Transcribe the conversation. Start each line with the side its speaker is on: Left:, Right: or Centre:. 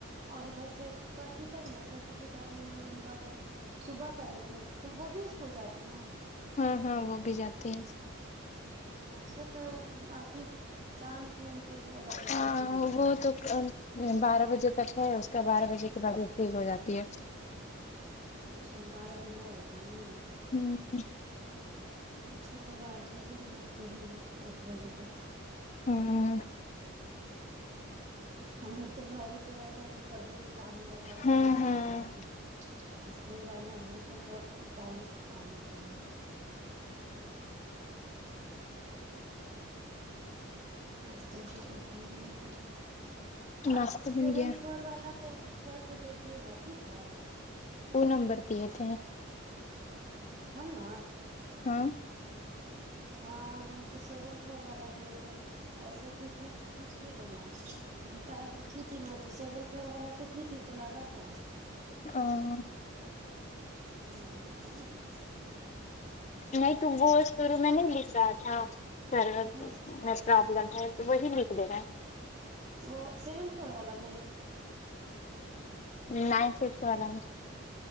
Right: اور ادھر سے کرتی تب نا تب کارن نہیں ہوگا تو صبح کریں گے تو وہ بھی اسکول جاتی ہیں
Left: ہوں ہوں وہ بھی جاتے ہیں
Right: اچھا تو آتی شام کون کے والا
Left: ہاں
Right: کر کے دیکھتی
Left: وہ
Right: ہے
Left: تو بارہ بجے تک ہے اس کا بارہ بجے کے بعد وہ فری ہو جاتی ہے
Right: اچھا بارہ بجے <unintelligible>
Left: ہوں ہ
Right: اچھا تو بارہ بجے کے بعد کریں گے ایک بجے تک
Left: ہوں
Right: ہم لوگ تو گھر ہی پے رہتے ہیں تو کبھی بھی کام لو کا ویسا
Left: ہاں
Right: نہیں ہوتا
Left: ہاں
Right: نا اسکول جانے والوں کو تو ٹائم سے کام ہوتا ہے آج کر کے دیکھیں گے ان کو فون
Left: ناشتہ
Right: آپ سیون
Left: بن گیا
Right: فور والا پے کر کے دیکھیے گا ٹھیک ہے
Left: وہ نمبر دیے تھے
Right: ہم نا
Left: ہاں
Right: ہاں ہم تو سیون فور والا دیے تھے ایسے قسمت سے پوچھیے گا نا کہا کہ کی تھی میں تو سیون فور والا پہ کی تھی تو لگا تھا
Left: آں
Right: ہوں
Left: نہیں تو وہ <unintelligible> میں نہیں بھیج رہا تھا سر
Right: ہاں
Left: پروابلم ہے تو وہی نکلے گا
Right: وہ سیون فور والا میں
Left: نائن سکس والا میں